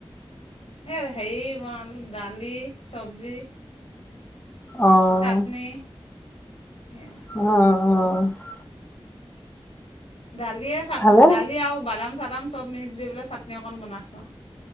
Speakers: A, on the left; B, on the left.
A: সে হেৰি বনালো, দালি চব্জি
B: অ',
A: চাটনি, সেয়া।
B: অ', অ'।
A: দালিয়ে চাট,
B: ভালে
A: দালি আৰু বাদাম-চাদাম চব মিক্স দি পেলাই, চাটনি অকণ বনাইছোঁ আৰু।